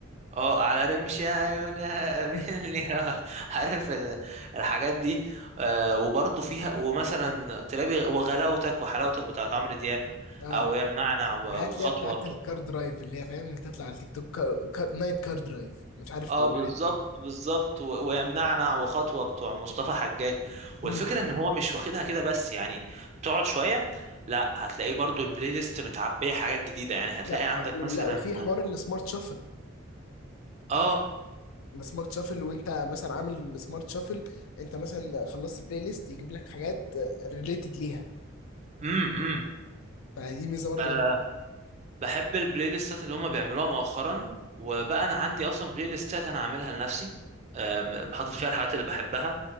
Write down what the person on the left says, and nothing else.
<laughs>
اه
الحاجات
اللي هي بتاعت الكار درايف اللي هي فاهم اللي تطلع على التيك توك كار... كار... نايت كار درايف مش عارف
ايه الحاجات
دي
مم.
لا
ولا
وفي حوار السمارت شافل
السمارت شافل وانت مثلا عامل سمارت شافل انت مثلا خلصت بلاي ليست يجيب لك حاجات ريليتد ليها
فدي ميزه برضه